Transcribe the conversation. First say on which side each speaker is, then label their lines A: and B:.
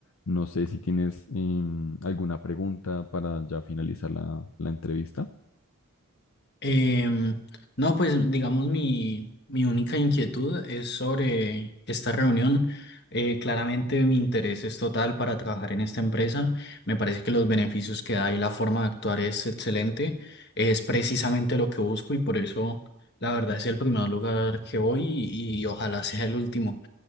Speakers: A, on the left (about 70°); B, on the left (about 50°).
A: No sé si tienes em, alguna pregunta para ya finalizar la, la entrevista.
B: Em, no, pues digamos mi, mi única inquietud es sobre esta reunión. Eh, claramente mi interés es total para trabajar en esta empresa. Me parece que los beneficios que da y la forma de actuar es excelente. Es precisamente lo que busco y por eso la verdad es el primer lugar que voy y y ojalá sea el último.